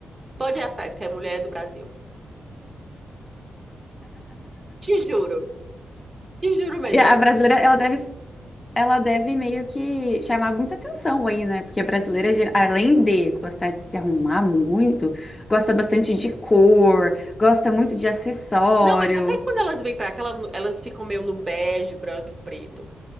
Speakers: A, on the right (about 25°); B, on the left (about 25°).
A: pode ir atrás, que é mulher do Brasil. Te juro, te juro mesmo.
B: E a brasileira, ela deve ela deve meio que chamar muita atenção aí, né? Porque a brasileira, ge- além de gostar de se arrumar muito, gosta bastante de cor, gosta muito de acessório.
A: Não, mas até quando elas vêm pra cá, ela- elas ficam meio no bege, branco e preto.